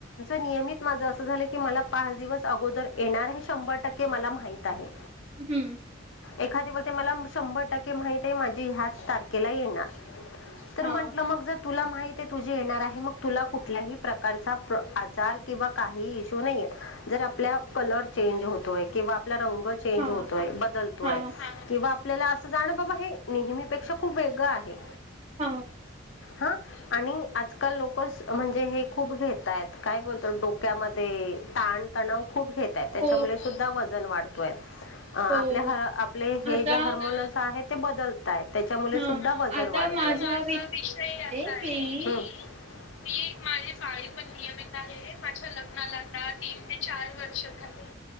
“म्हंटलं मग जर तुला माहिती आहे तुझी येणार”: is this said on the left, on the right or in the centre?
Left